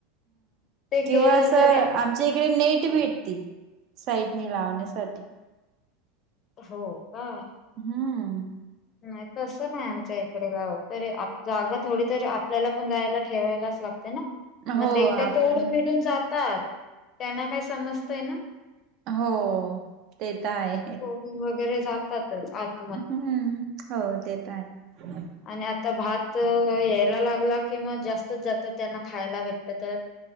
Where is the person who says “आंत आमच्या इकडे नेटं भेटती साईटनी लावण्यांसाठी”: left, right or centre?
Right